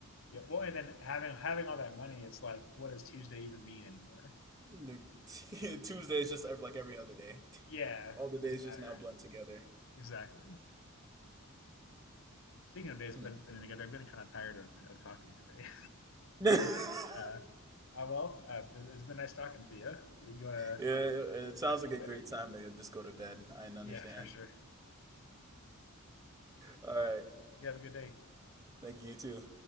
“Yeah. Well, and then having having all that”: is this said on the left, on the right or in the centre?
Left